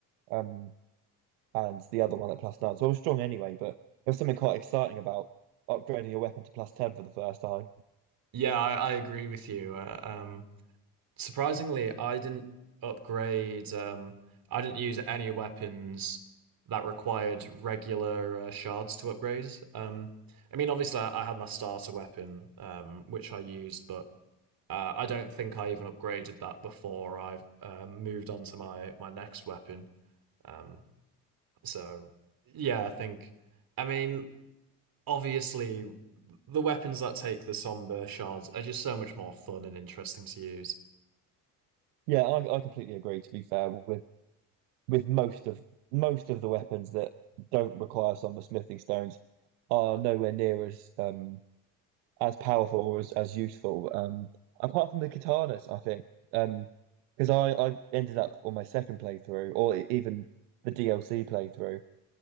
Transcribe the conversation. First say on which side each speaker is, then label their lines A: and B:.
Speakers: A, on the right; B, on the right.
A: um, and the other one at plus 9. So I was strong anyway, but there was something quite exciting about upgrading your weapon to plus 10 for the first time.
B: Yeah, I, I agree with you. Uh, um, surprisingly, I didn't upgrade, um, I didn't use any weapons that required regular uh, shards to upgrade. Um, I mean, obviously, I, I had my starter weapon, um, which I used, but uh, I don't think I even upgraded that before I um, moved on to my, my next weapon. Um, so, yeah, I think, I mean, obviously the weapons that take the somber shards are just so much more fun and interesting to use.
A: Yeah, I, I completely agree, to be fair, with with most of most of the weapons that don't require some of the smithing stones are nowhere near as um as powerful or as, as useful. Um, apart from the katanas, I think. Um, because I I ended up on my second playthrough or e- even the DLC playthrough